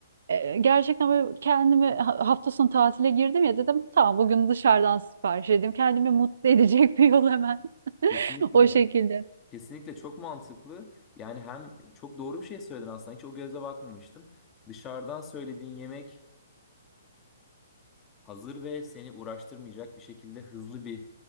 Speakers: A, on the right; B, on the left.
A: E, gerçekten böyle kendimi ha- hafta sonu tatile girdim ya dedim tamam bugün dışarıdan sipariş edeyim. Kendimi mutlu edecek <laughs> bir yol hemen
B: Kesinlikle.
A: <laughs> o şekilde.
B: Kesinlikle çok mantıklı. Yani hem çok doğru bir şey söyledin aslında. Hiç o gözle bakmamıştım. Dışarıdan söylediğin yemek hazır ve seni uğraştırmayacak bir şekilde hızlı bir